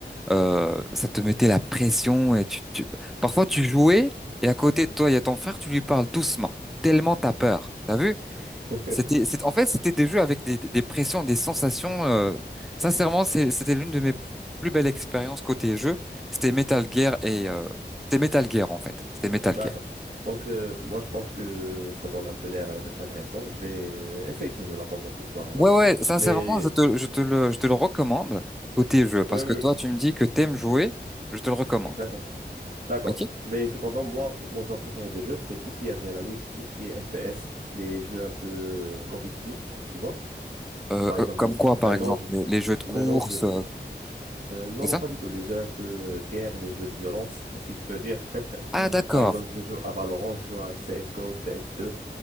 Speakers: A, in the centre; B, on the right (about 50°).
A: euh, ça te mettait la pression et tu, tu- Parfois, tu jouais et à côté de toi, il y a ton frère, tu lui parles doucement, tellement t'as peur, t'as vu?
B: <laughs>
A: C'était, c'est, en fait, c'était des jeux avec des, des des pressions, des sensations. euh, Sincèrement, c'est- c'était l'une de mes plus belles expériences côté jeu. C'était Metal Gear et... euh, C'était Metal Gear, en fait. C'était Metal
B: D'accord.
A: Gear.
B: Donc, euh, moi, je pense que ça donne un peu l'air euh, d'être intéressant. Je vais euh, essayer ce jeu-là pendant cette soirée-là.
A: Ouais, ouais, sincèrement,
B: Mais,
A: je te, je te le, je te le recommande, côté jeu, parce
B: oui, oui,
A: que toi, tu me dis que t'aimes jouer, je te le recommande.
B: exactement. D'accord.
A: Ok?
B: Mais cependant, moi, mon genre préféré de jeu, c'est tout ce qui est adrénaline, tout ce qui est FPS, les jeux un peu euh, compétitifs, tu vois?
A: Euh,
B: Par exemple,
A: euh, comme quoi, par
B: maintenant,
A: exemple,
B: je...
A: les, les jeux de course,
B: Maintenant, je...
A: euh,
B: euh, non,
A: c'est
B: non,
A: ça?
B: pas du tout. Les jeux un peu euh, de guerre, les jeux de violence, <laughs> si je peux dire.
A: Ah,
B: <laughs>
A: d'accord,
B: Par exemple, je joue à Valorant, je joue à CSGO, CS2.